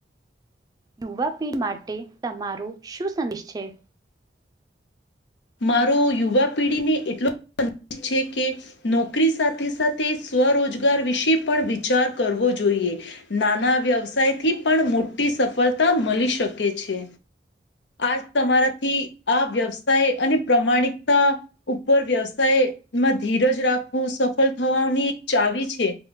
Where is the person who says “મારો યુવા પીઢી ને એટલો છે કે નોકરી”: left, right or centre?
Left